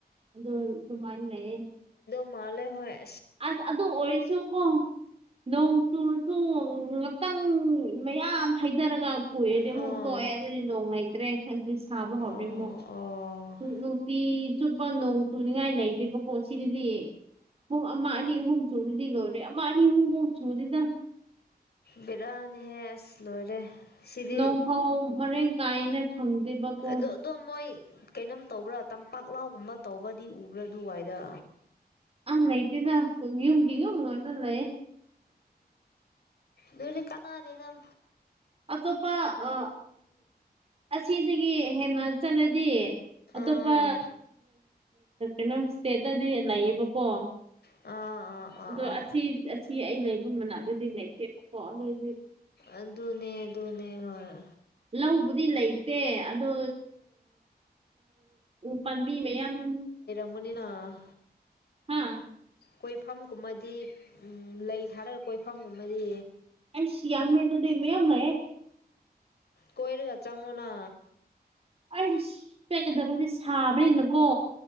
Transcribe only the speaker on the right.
ꯑꯗꯨ ꯑꯗꯨꯃꯥꯏꯅ ꯂꯩꯌꯦ
ꯑ ꯑꯗꯨ ꯑꯗꯨ ꯑꯣꯏꯜꯁꯨ ꯍꯣ ꯅꯣꯡ ꯆꯨꯔꯁꯨ ꯉꯥꯛꯇꯪ ꯃꯌꯥꯝ ꯍꯥꯏ ꯐꯥꯊꯔꯒ ꯀꯨꯏꯔꯗꯤ
ꯑꯃꯨꯛ ꯇꯣꯛꯑꯦ ꯑꯗꯨꯗꯤ ꯅꯣꯡ ꯂꯩꯇ꯭ꯔꯦ ꯑꯗꯨ ꯁꯥꯕ
ꯍꯧꯋꯦ ꯑꯃꯨꯛ
ꯅꯨꯡꯇꯤ ꯆꯨꯞꯄꯣꯡ ꯆꯨꯅꯤꯡꯉꯥꯏ ꯂꯩꯇꯦꯕꯀꯣ ꯁꯤꯗꯗꯤ ꯑꯣꯅꯤ ꯅꯤ ꯑꯍꯨꯝ ꯁꯨꯕꯗꯤ ꯂꯣꯏꯔꯦ ꯑꯃ ꯑꯅꯤ ꯑꯍꯨꯝꯃꯨꯛ ꯁꯨꯔꯤꯗ
ꯅꯣꯡꯐꯥꯎ ꯃꯔꯥꯡ ꯀꯥꯏꯅ ꯐꯪꯗꯦꯕꯀꯣ
ꯑ ꯂꯩꯇꯦꯗꯨ ꯃ ꯀꯉ ꯎꯅ ꯂꯩꯦ
ꯑꯇꯣꯞꯄ ꯑ ꯑꯁꯤꯗꯒꯤ ꯍꯦꯟꯅ ꯆꯠꯂꯗꯤ
ꯑꯇꯣꯞꯄ ꯏꯣꯁꯦꯗꯗꯤ ꯂ ꯂꯩꯕꯣ
ꯑꯗꯣ
ꯑꯁꯤ ꯑꯁꯤ ꯑꯩ ꯂꯩꯐꯝ ꯃꯅꯥꯗꯨꯗꯤ ꯂꯩꯇꯦꯕꯀꯣ ꯑꯗꯨꯏꯗꯤ
ꯂꯕꯨꯗꯤ ꯂꯩ ꯁꯦ ꯑꯗꯣ ꯎ ꯄꯥꯕꯤ ꯃꯌꯥꯝ
ꯍꯥꯝ
ꯑꯁꯤ ꯌꯥꯌꯥꯃꯅꯣꯗꯃꯦ ꯌꯥꯝ ꯑꯃꯂꯌꯦ
ꯑꯩ ꯄꯦꯛꯀꯗꯕꯁꯦ ꯁꯥꯕꯅꯤꯅꯀꯣ